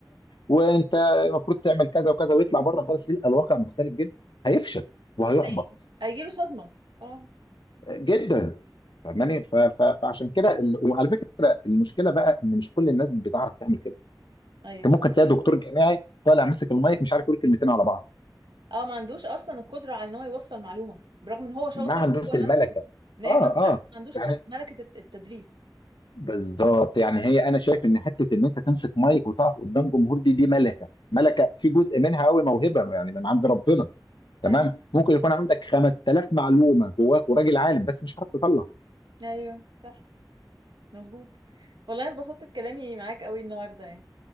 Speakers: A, on the left; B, on the right.
A: وانت المفروض تعمل كذا وكذا ويطلع بره خالص يلقى الواقع مختلف جدا هيفشل وهيحبط
B: هي- هيجيله صدمة اه
A: جدا فاهماني ف... ف... فعشان كده ال... وعلى فكره المشكله بقى ان مش كل الناس بتعرف تعمل كده
B: ايوه
A: انت ممكن تلاقي دكتور جامعي طالع ماسك المايك مش عارف يقول كلمتين على بعض
B: اه ما عندوش اصلا القدرة على ان هو يوصل معلومة برغم ان هو شاطر
A: ما عندوش
B: وهو
A: الملكه
B: نفسه نابغ
A: اه
B: بس
A: اه
B: ما عندوش
A: يعني
B: قد ملكة الت- التدريس
A: بالظبط يعني هي انا شايف ان حته ان انت تمسك مايك وتقف قدام جمهور دي دي ملكه ملكه في جزء منها قوي موهبه يعني من عند ربنا
B: فعلا
A: تمام ممكن يكون عندك 5000 معلومه جواك وراجل عالم بس مش عارف تطلع
B: ايوه صح مظبوط والله انبسطت بكلامي معاك قوي النهاردة يعني